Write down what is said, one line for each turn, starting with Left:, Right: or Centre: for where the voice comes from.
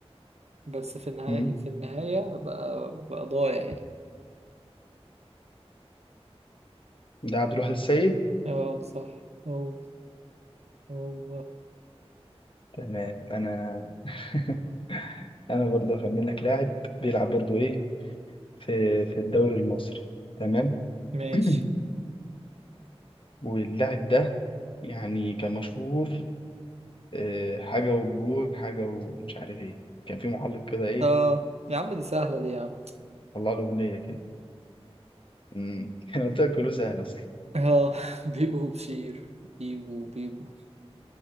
Right: بس في النهاية
Left: مم.
Right: في النهاية بقى بقى ضايع يعني
Left: ده عبد الواحد السيد
Right: اه صح هو هو
Left: تمام انا <laughs> انا برضه هخمن لك لاعب بيلعب برضه ايه في في الدوري المصري تمام
Right: ماشي
Left: <clears throat> واللاعب ده يعني كان مشهور آه، حاجة والجول حاجة ومش عارف ايه كان في محلق كده ايه
Right: اه يا عم دي سهلة دي يا عم
Left: طلع له أغنية كده أمم، <laughs> انا قلت لك كله سهل اصلا
Right: اه <laughs> بيبو بشير بيبو بيبو